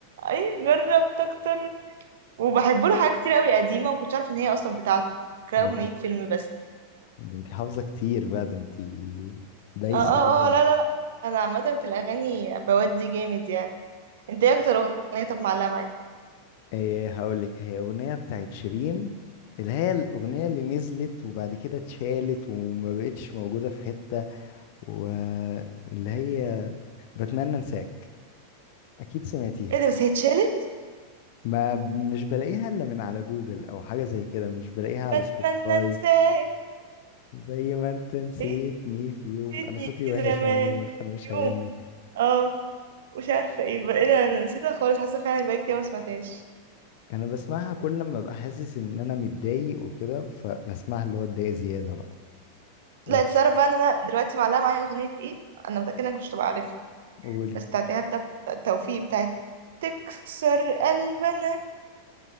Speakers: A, on the right; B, on the left.
A: أي جربت أكتر وبحبه له حاجات كتير أوي قديمة ومكنتش عارفة إن هي أصلا بتاعته كنت فاكراها
B: ده
A: أغنية فيلم بس
B: ده انتي حافظه كتير بقى ده انتي دايسه
A: اه اه
B: جامد
A: اه لا لا لا أنا عامة في الأغاني بودي جامد يعني انت ايه أكتر أغنية طب معلقة معاك؟
B: ايه هقول لك هي اغنيه بتاعت شيرين اللي هي الاغنيه اللي نزلت وبعد كده اتشالت وما بقتش موجوده في حته واللي هي بتمنى انساك اكيد سمعتيها
A: ايه ده بس هي اتشالت؟
B: ما مش بلاقيها الا من على جوجل او حاجه زي كده مش بلاقيها على
A: بتمنى
B: سبوتيفاي
A: انساك
B: زي ما انت نسيتني
A: ايه
B: في يوم
A: نسيتني
B: انا صوتي وحش
A: زمان
B: عموما فانا
A: في
B: مش هغني
A: يوم اه مش عارفه ايه بقى ايه ده انا نسيتها خالص حاسه فعلا بقى كتير ما سمعتهاش
B: <laughs> انا بسمعها كل لما ابقى حاسس ان انا متضايق وكده فبسمعها اللي هو اتضايق زياده بقى وتف-
A: لا انت تعرف بقى ان انا دلوقتي معلقه معايا اغنيه ايه انا متاكده انك مش هتبقى عارفها
B: قولي
A: بس بتاعتها بتاعت التوفيق بتاعت تكسر قلبنا